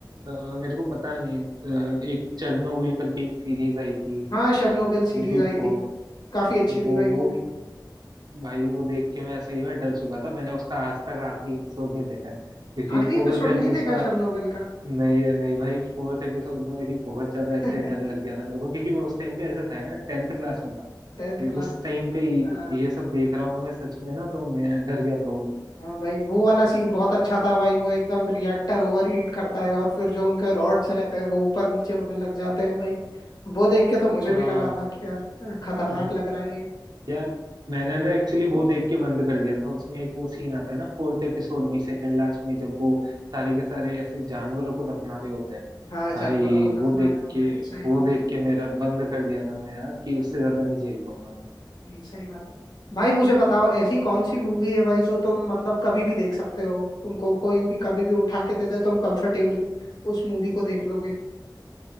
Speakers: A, on the right; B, on the left.
A: अ, मेरे को पता नहीं अ, एक चेरनोबिल करके एक सीरीज आई थी
B: हाँ शर्नोबिल सीरीज
A: वो भी बहु-
B: आई थी काफी अच्छी
A: वो
B: थी भाई वो
A: वो
B: भी
A: भाई वो देख के मैं सही में डर चुका था मैंने उसका आज तक आखिरी एपिसोड नहीं देखा है क्योंकि
B: आखिरी
A: फोर्थ
B: एपिसोड
A: एपिसोड
B: नहीं
A: उसका
B: देखा शर्नोबिल का
A: नहीं नहीं भाई फोर्थ एपिसोड में मेरी बहुत ज्यादा
B: <laughs>
A: ऐसे डर लग गया था मेरे को क्योंकि मैं उस टाइम पे ऐसे था यार टेंथ क्लास में था
B: Tenth
A: भाई
B: class
A: उस टाइम पे ये
B: आ,
A: ये सब देख रहा हूँ मैं सच में ना तो मैं डर गया था वो
B: हाँ भाई वो वाला सीन बहुत अच्छा था भाई वो एकदम रिएक्टर ओवरहीट करता है और फिर जो उनके रॉड्स रहते हैं वो ऊपर नीचे होने लग जाते हैं भाई वो देख के तो मुझे
A: हाँ
B: भी लगा था कि यार अ, खतरनाक
A: <laughs>
B: लग रहा है ये
A: यार मैंने ना एक्चुअली वो देख के बंद कर दिया था उसमें एक वो सीन आता है ना फोर्थ एपिसोड में सेकंड लास्ट में जब वो सारे के सारे ऐसे जानवरों को दफना रहे होते हैं
B: हाँ जानवरों
A: भाई
B: को दफना
A: वो देख
B: रहे होते
A: के
B: हैं सही
A: वो
B: बात
A: देख
B: है
A: के मेरा बंद कर दिया था मैं यार कि उससे ज्यादा नहीं झेल पाऊंगा मैं।
B: ये सही बात है भाई मुझे बताओ ऐसी कौन सी मूवी है भाई जो तुम मतलब कभी भी देख सकते हो तुमको कोई भी कभी भी उठा के दे दे तुम कंफर्टेबली उस मूवी को देख लोगे